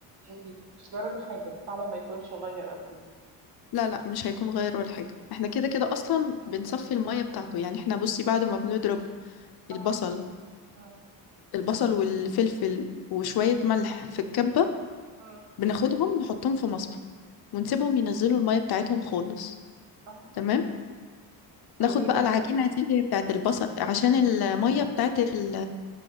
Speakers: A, on the right (about 65°); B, on the left (about 55°).
A: يعني ما يكونش جرى له حاجة طعمه ما يكونش غير أو كده
B: لا لا مش هيكون غير ولا حاجة احنا كده كده اصلا
A: اه
B: بنصفي المية بتاعته يعني احنا بصي بعد ما بنضرب البصل
A: اه اه
B: البصل والفلفل وشوية ملح في الكبة
A: اه اه
B: بناخدهم نحطهم في مصفى ونسيبهم ينزلوا المية بتاعتهم خالص
A: آه.
B: تمام
A: طب
B: ناخد
A: ليه
B: بقى
A: بقى؟
B: العجينة دي اللي هي بتاعت البصل عشان المية بتاعت ال-